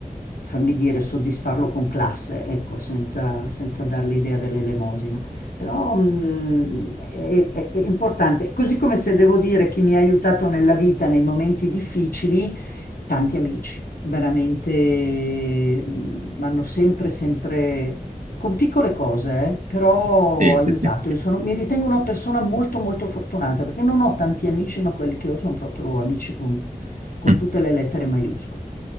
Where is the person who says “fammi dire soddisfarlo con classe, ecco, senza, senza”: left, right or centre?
Left